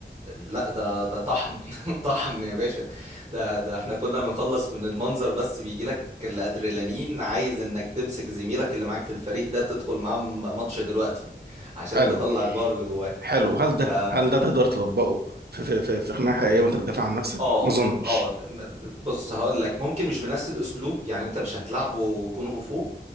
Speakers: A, on the right; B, on the right.
A: لا ده ده طحن <laughs> طحن يا باشا ده ده احنا كنا بنخلص من المنظر بس بيجي لك الادرينالين عايز انك تمسك زميلك اللي معاك في الفريق ده تدخل معاه م- ماتش دلوقتي عشان
B: حلو
A: تطلع الباور اللي جواك
B: حلو هل
A: ف
B: ده هل ده تقدر تطبقه في في في, في خناقه حقيقيه وانت بتدافع عن نفسك؟
A: اه
B: ما اظنش
A: اه م- بص هقول لك ممكن مش بنفس الاسلوب يعني انت مش هتلعبه كونغ فو